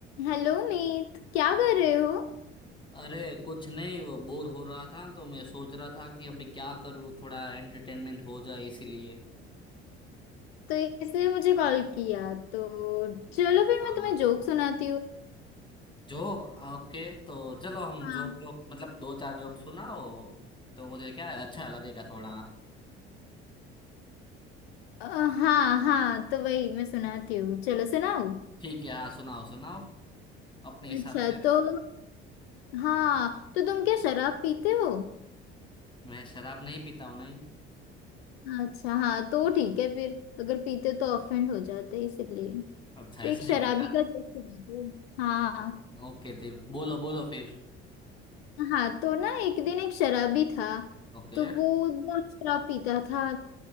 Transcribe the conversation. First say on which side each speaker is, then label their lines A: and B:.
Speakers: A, on the left; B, on the left.
A: Hello Meet क्या कर रहे हो
B: अरे कुछ नहीं वो बोर हो रहा था तो मैं सोच रहा था कि अभी क्या करूँ थोड़ा एंटरटेनमेंट हो जाए इसीलिए
A: तो इसलिए मुझे कॉल किया तो चलो फिर
B: हाँ
A: मैं तुम्हें जोक सुनाती हूँ
B: जोक ओके तो चलो हम
A: हाँ
B: जोक जोक मतलब दो चार जोक सुनाओ तो मुझे क्या है अच्छा लगेगा थोड़ा
A: अ, हाँ हाँ तो वही मैं सुनाती हूँ चलो सुनाओ
B: ठीक है हाँ सुनाओ सुनाओ अपने हिसाब
A: अच्छा
B: से
A: तो हाँ तो तुम क्या शराब पीते हो
B: मैं शराब नहीं पीता हूँ नहीं
A: अच्छा हाँ तो ठीक है फिर अगर पीते तो ऑफेंड हो जाते इसलिए
B: अच्छा अच्छा
A: तो
B: ऐसा
A: एक शराबी
B: है क्या
A: का जोक सुनाती हूँ हाँ
B: ओके जी बोलो बोलो फिर
A: हाँ तो ना एक दिन एक शराबी था
B: ओके
A: तो वो बहुत शराब पीता था